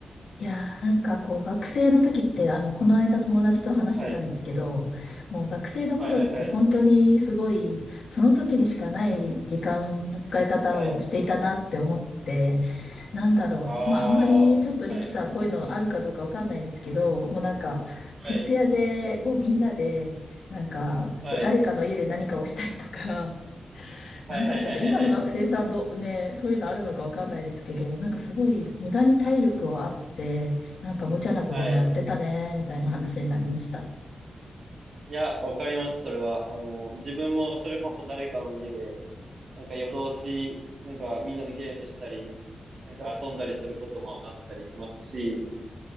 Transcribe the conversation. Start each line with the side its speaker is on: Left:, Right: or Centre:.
Left: いやー、なんかこう、学生の時って、あの、この間友達と話してたんですけど、
Right: はい、
Left: もう学生の頃って本当にすごい、
Right: はい、はい、はい、
Left: その時にしかない時間の使い方をしていたなって思って、
Right: はい、
Left: なんだろう。
Right: ああ、
Left: まあ、あんまりちょっとリキさん、
Right: はい、
Left: こういうのあるかどうかわかんないですけど、もうなんか、徹夜で、
Right: はい、
Left: こう、みんなで、なんか、
Right: はい、
Left: 誰かの家で何かをしたりとか、
Right: はい、
Left: なんかちょっと今の学生さんど、
Right: はい、はい、はい、はい、
Left: ね、そういうのあるのかわかんないですけど、なんかすごい無駄に体力をあって、なんか無茶なこともやってたね、
Right: はい。
Left: みたいな話になりました。
Right: いや、わかります、それは。あの、自分もそれこそ誰かの家で、なんか夜通し、なんかみんなでゲームしたり、なんか遊んだりすることもあったりしますし、